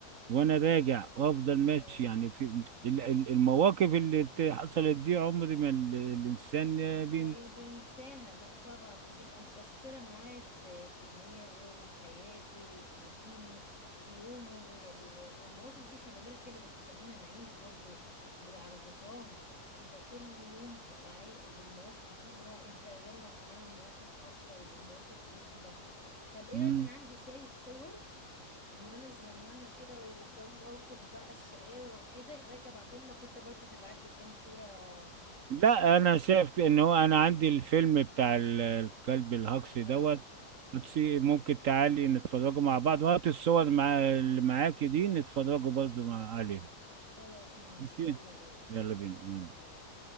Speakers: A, on the right; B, on the left.
A: وانا راجع وافضل ماشي
B: اه
A: يعني في ال- ال- المواقف اللي ت- حصلت دي عمري ما ال- الانسان
B: هيقدر
A: بين
B: ينساها لا طبعا بتبقى مؤثره معاه في في دماغه في حياته في روتينه في يومه ال- والمواقف دي خلي بالك هي اللي بتخلينا نعيش برضو ب- على ذكراها انت كل يوم بتبقى عايق بالمواقف دي اللي هو انت يلا عشان اعمل مواقف اكتر ومواقف جديده طب ايه
A: مم.
B: رأيك انا عندي شوية صور من وانا صغننة كده وكم موقف بقى الشقاوة وكده ايه رأيك ابعتهم لك وانت برضو تبعت لي كام صورة ليك
A: لا انا شايف ان هو انا عندي الفيلم بتاع ال- الكلب الهجصي
B: اه
A: دوت بتسي- ممكن تعالي نتفرجوا مع بعض وهات الصور مع اللي معاكي دي نتفرجوا برضو مع عليه
B: خلاص ماشي
A: ماشي
B: يلا بينا
A: يلا بينا
B: يلا
A: يلا.
B: سلام